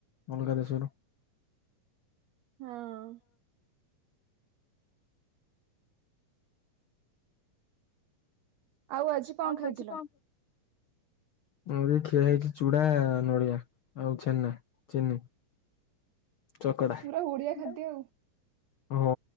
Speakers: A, on the left; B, on the right.
A: ଅଲଗା ଦେଶରୁ।
B: ହଁ। ଆଉ ଆଜି କଣ
A: ଆଉ
B: ଖାଇଥିଲ
A: ଆଜି କଣ ଆଜି ଖିଆ ହେଇଛି ଚୁଡା, ନଡ଼ିଆ ଆଉ ଛେନା, ଚିନି। ଚକଡା।
B: ପୁରା ଓଡିଆ
A: ହଁ
B: ଖାଦ୍ୟ ଆଉ